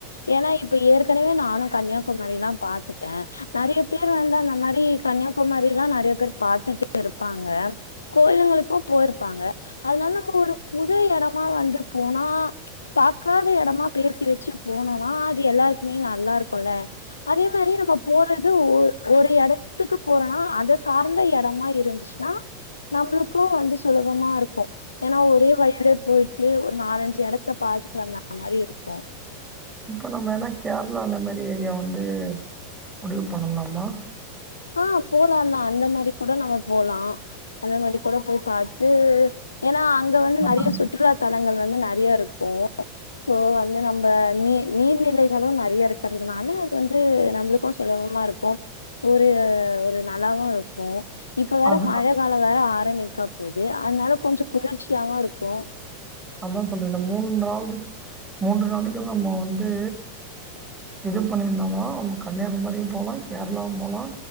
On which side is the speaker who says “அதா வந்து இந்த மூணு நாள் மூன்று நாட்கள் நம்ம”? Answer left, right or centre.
Right